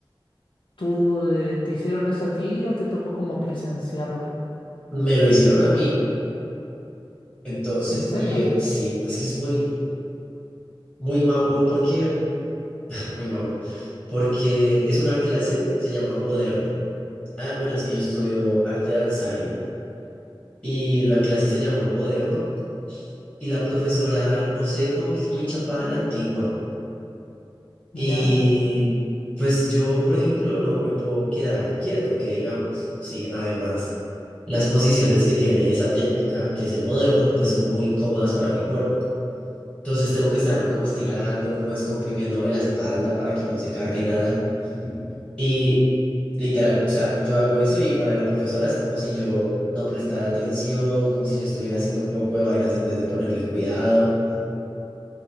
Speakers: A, on the left; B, in the centre.
A: tú eh, te hicieron eso a ti o te tocó como presenciarlo?
B: Me lo hicieron a mí. Entonces,
A: ¿En serio?
B: y eh, sí, es que es muy, muy mamón porque, <laughs> muy mamón, porque es una clase, se llama moderno. Ah, bueno, es que yo estudio arte danzario y la clase se llama moderno y la profesora, no sé, como que es muy chapada a la antigua. Y
A: ¿Ya?
B: pues yo, por ejemplo, no me puedo quedar quieto, que digamos, ¿sí? Además, las posiciones que tiene esa técnica, que es el moderno, pues son muy cómodas para mi cuerpo. Entonces tengo que estarme como estirando, como descomprimiéndome la espalda para que no se cargue nada. Y literal, o sea, yo hago eso y para la profesora es como si yo no prestara atención, como si yo estuviera haciendo un poco de vainas en vez de ponerle cuidado.